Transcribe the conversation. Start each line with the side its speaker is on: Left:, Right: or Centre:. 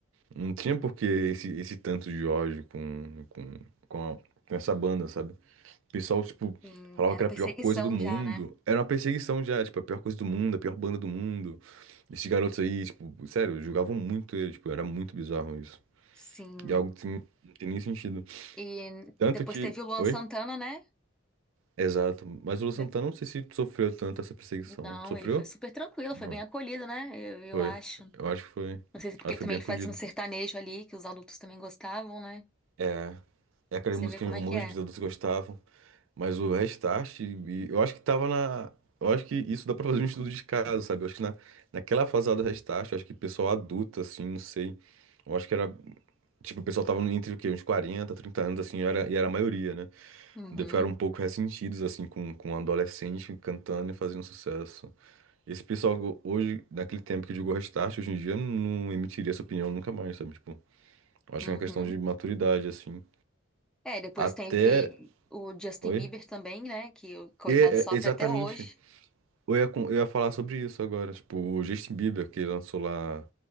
Right: não tinha por que esse, esse tanto de ódio com, com, com, a- com essa banda, sabe? O pessoal, tipo,
Centre: Sim,
Right: falava
Centre: era
Right: que era
Centre: perseguição
Right: a pior coisa do mundo.
Centre: já, né?
Right: Era uma perseguição já, tipo, a pior coisa do mundo, a pior banda do mundo. Esses garotos aí, tipo, sério, julgavam muito eles, tipo, era muito bizarro isso.
Centre: Sim.
Right: E algo que não tem nem sentido.
Centre: E
Right: Tanto
Centre: depois
Right: que.
Centre: teve o Luan
Right: Oi?
Centre: Santana, né?
Right: Exato. Mas o Lu Santana,
Centre: De-
Right: não sei se sofreu tanto essa perseguição.
Centre: Não,
Right: Sofreu?
Centre: ele foi super tranquilo,
Right: Não.
Centre: foi bem acolhido, né? Eu, eu
Right: Foi.
Centre: acho.
Right: Eu acho que foi.
Centre: Não sei se é porque
Right: Acho que
Centre: ele
Right: foi
Centre: também
Right: bem
Centre: ele
Right: acolhido.
Centre: fazia um sertanejo ali, que os adultos também gostavam, né?
Right: É É aquelas
Centre: Você
Right: musiquinhas
Centre: vê como
Right: românticas
Centre: é que é.
Right: que todos gostavam. Mas o Restart, e- eu acho que tava na. Eu acho que isso dá pra fazer um estudo de caso, sabe? Eu acho que na, naquela fase lá do Restart, eu acho que pessoal adulto, assim, não sei. Eu acho que era. Tipo, o pessoal tava entre o quê? Uns quarenta trinta anos, assim, e era, e era a maioria, né?
Centre: Uhum,
Right: Daí Ficaram um pouco ressentidos, assim, com, com um adolescente cantando e fazendo sucesso. Esse pessoal, go- hoje, naquele tempo que jogou Restart, hoje em dia não emitiria essa opinião nunca mais, sabe? Tipo, eu acho
Centre: uhum.
Right: que é uma questão de maturidade, assim.
Centre: É, depois
Right: Até.
Centre: teve o Justin
Right: Oi?
Centre: Bieber também, né? Que o coitado
Right: E, é,
Centre: sofre
Right: é, exatamente.
Centre: até hoje.
Right: Eu ia, com- eu ia falar sobre isso agora. Tipo, o Justin Bieber, que lançou lá